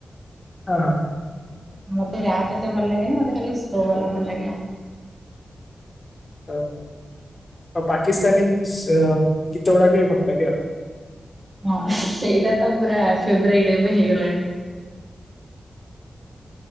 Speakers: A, on the left (about 35°); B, on the right (about 30°).
A: ହାଁ ହାଁ।
B: ମତେ ରାପ୍ ଏତେ ଭଲ ଲାଗେନି ମତେ ଖାଲି ସ୍ଲୋ ବାଲା ଭଲ ଲାଗେ ଆଉ।
A: ତ ତ ପାକିସ୍ତାନୀ ସ୍ ଗୀତ ଗୁଡାକ ବି ଭଲ ଲାଗେ ଆଉ।
B: ହଁ ସେଇଟା ତ ପୁରା ଫେବରାଇଟ୍ ଏବେ ହେଇଗଲାଣି।